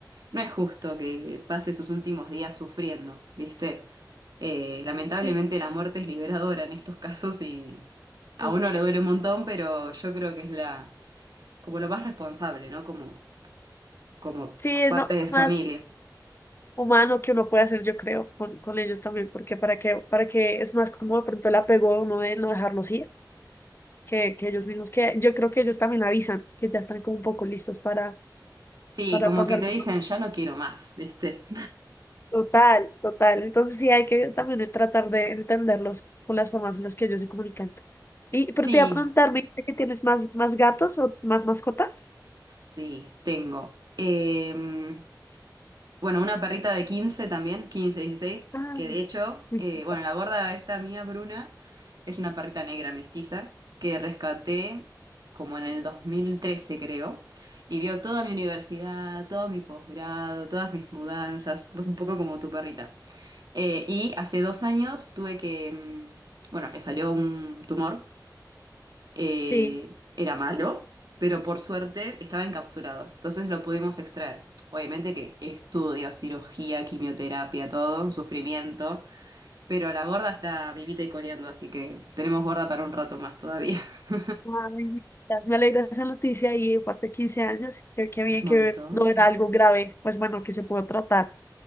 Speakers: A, on the right; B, on the left.
A: No es justo que pase sus últimos días sufriendo, ¿viste? Eh, lamentablemente
B: Sí,
A: la muerte es liberadora en estos casos y a
B: sí.
A: uno le duele un montón, pero yo creo que es la, como lo más responsable, ¿no? Como, como
B: Sí, es
A: parte
B: lo, es
A: de
B: lo
A: familia.
B: más humano que uno puede hacer, yo creo, con, con ellos también, porque para que, para que es más como de pronto el apego de uno de no dejarlos ir, que, que ellos mismos, que yo creo que ellos también avisan, que ya están como un poco listos para,
A: Sí,
B: para
A: como
B: pasar.
A: que te dicen, ya no quiero más, ¿viste?
B: Total, total. Entonces sí hay que también tratar de entenderlos con las formas en las que ellos se comunican. Y, pero
A: <laughs> Sí.
B: te iba a preguntar, ¿me dijiste que tienes más, más gatos o más mascotas?
A: Sí, tengo. Em, bueno, una perrita de 15 también, 15, 16,
B: Ah,
A: que de hecho,
B: me
A: eh,
B: encanta.
A: bueno, la gorda esta mía, Bruna, es una perrita negra mestiza que rescaté como en el dos mil trece creo, y vio toda mi universidad, todo mi posgrado, todas mis mudanzas, pues un poco como tu perrita. Eh, y hace dos años tuve que, mm, bueno, le salió un tumor eh,
B: Sí.
A: era malo, pero por suerte estaba encapsulado. Entonces lo pudimos extraer. Obviamente que estudio, cirugía, quimioterapia, todo, un sufrimiento. Pero la gorda está vivita y coleando, así que tenemos gorda para un rato más todavía. <laughs>
B: Ay, me encanta. Me alegra esa noticia y aparte de 15 años, creo que bien
A: Es un
B: que
A: montón.
B: no era algo grave, pues bueno, que se pudo tratar.